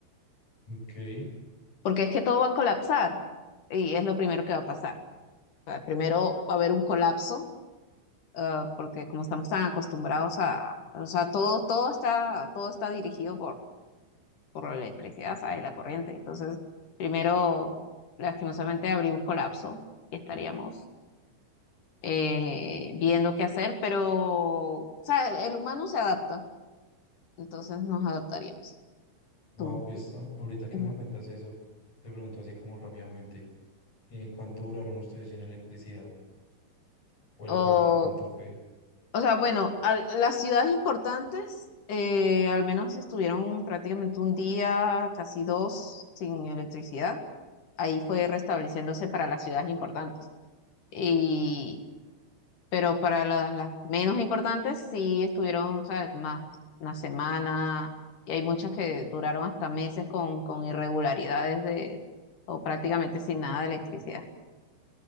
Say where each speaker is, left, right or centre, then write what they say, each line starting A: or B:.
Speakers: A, on the left (about 40°); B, on the left (about 55°).
A: Ok.
B: porque es que todo va a colapsar y es lo primero que va a pasar. O sea, primero va a haber un colapso, ah, porque como estamos tan acostumbrados a, o sea, todo, todo está, todo está dirigido por, por la electricidad, ¿sabes? La corriente. Entonces, primero, lastimosamente, habría un colapso y estaríamos eh, viendo qué hacer, pero, o sea, el humano se adapta, entonces nos adaptaríamos.
A: Wow,
B: Tú,
A: pues
B: tú.
A: a- ahorita que
B: Ujú.
A: me cuentas eso, te pregunto así como rápidamente, eh, ¿cuánto duraron ustedes sin electricidad? ¿O el
B: O
A: apagón de cuánto fue?
B: O sea, bueno, al- las ciudades importantes eh, al menos estuvieron prácticamente un día, casi dos, sin electricidad. Ahí fue restableciéndose para las ciudades importantes. Y, pero para la- las menos importantes sí estuvieron, ¿sabes? Más, una semana. Y hay muchas que duraron hasta meses con, con irregularidades de, o prácticamente sin nada de electricidad.